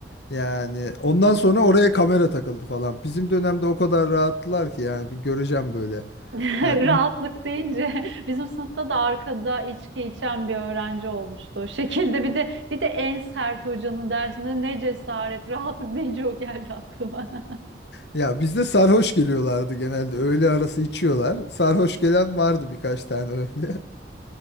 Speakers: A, on the left; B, on the right.
A: Yani ondan sonra oraya kamera takıldı falan. Bizim dönemde o kadar rahattılar ki yani bir göreceğim böyle.
B: <laughs>
A: Ya,
B: Rahatlık deyince bizim sınıfta da arkada içki içen bir öğrenci olmuştu o şekilde. Bir de bir de en sert hocanın dersinde ne cesaret rahatlık deyince o geldi aklıma. <laughs>
A: ya bizde sarhoş geliyorlardı genelde. Öğle arası içiyorlar. Sarhoş gelen vardı birkaç tane öyle. <laughs>